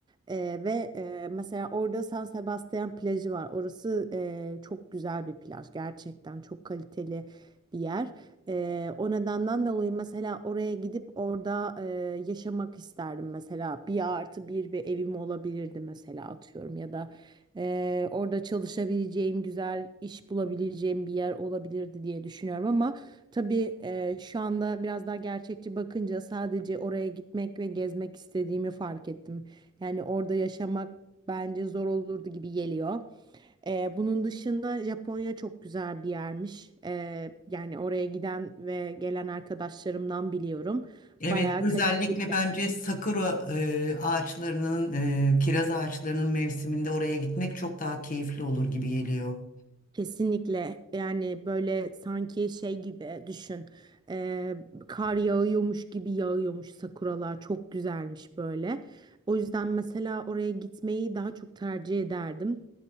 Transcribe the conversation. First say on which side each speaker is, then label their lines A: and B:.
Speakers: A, on the right; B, on the left.
A: E, ve e, mesela orada San Sebastian plajı var. Orası e, çok güzel bir plaj. Gerçekten çok kaliteli bir yer. Ee, o nedenden dolayı mesela oraya gidip orada e, yaşamak isterdim mesela bir artı bir bir evim olabilirdi mesela atıyorum ya da e, orada çalışabileceğim güzel iş bulabileceğim bir yer olabilirdi diye düşünüyorum ama tabii e, şu anda biraz daha gerçekçi bakınca sadece oraya gitmek ve gezmek istediğimi fark ettim yani orada yaşamak bence zor olurdu gibi geliyor. Ee, bunun dışında Japonya çok güzel bir yermiş. Ee, yani oraya giden ve gelen arkadaşlarımdan biliyorum.
B: Evet,
A: Bayağı
B: özellikle
A: kaliteli
B: bence sakura e, ağaçlarının, e, kiraz ağaçlarının mevsiminde oraya gitmek çok daha keyifli olur gibi geliyor.
A: Kesinlikle yani böyle sanki şey gibi düşün Ee, kar yağıyormuş gibi yağıyormuş sakuralar çok güzelmiş böyle. O yüzden mesela oraya gitmeyi daha çok tercih ederdim.